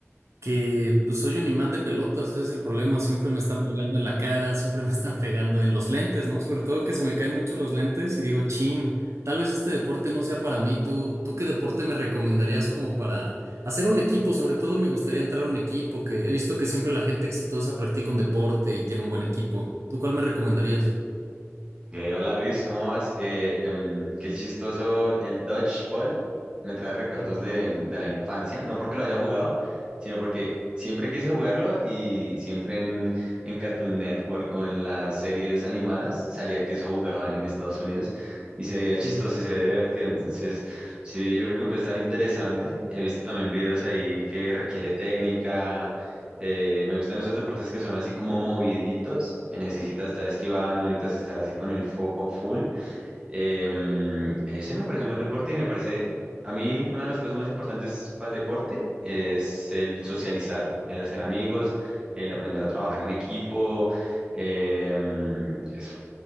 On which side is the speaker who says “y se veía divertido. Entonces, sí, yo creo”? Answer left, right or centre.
Right